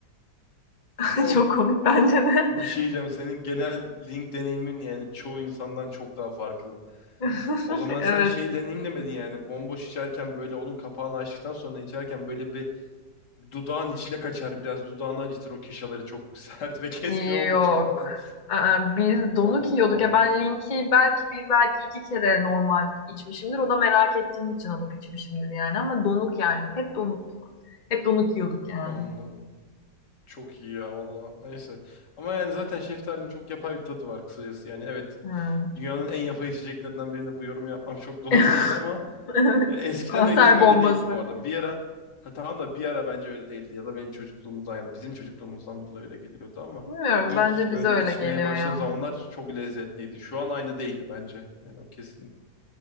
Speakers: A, on the left; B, on the left.
A: <laughs>
B: Oh.
A: Çok komik bence de.
B: Bir şey diyeceğim. Senin genel link deneyimin yani çoğu insandan çok daha farklı.
A: <laughs>
B: O zaman
A: Evet.
B: sen şey deneyim demedin yani. Bomboş içerken böyle onun kapağını açtıktan sonra içerken böyle bir dudağın içine kaçar biraz. Dudağını acıtır o keşaları çok <laughs> sert ve keskin
A: Yok.
B: olduğu için falan.
A: Aa, biz donuk
B: Ya Allah.
A: yiyorduk ya ben linki belki bir belki iki kere normal içmişimdir. O da merak ettiğim için alıp içmişimdir yani ama donuk yani. Hep donuktuk. Hep donuk yiyorduk yani.
B: Anladım. Çok iyi ya valla. Neyse. Ama yani zaten şeftalinin çok yapay bir tadı var kısacası. Yani evet
A: Hmm.
B: dünyanın en yapay içeceklerinden birinde bu yorumu yapmam çok <laughs> doğru
A: <laughs>
B: değil ama
A: Evet.
B: ya eskiden
A: Kanser
B: öyle
A: bombası.
B: öyle değildi bu arada. Bir ara ha tamam da bir ara bence öyle değildi ya da benim çocukluğumuzdan ya da bizim çocukluğumuzdan dolayı öyle geliyordu ama
A: Bilmiyorum
B: ilk
A: bence bize
B: böyle
A: öyle
B: içmeye
A: geliyor
B: başladığım
A: ya.
B: zamanlar çok lezzetliydi. Şu an aynı değil ya bence. Yani o kesin.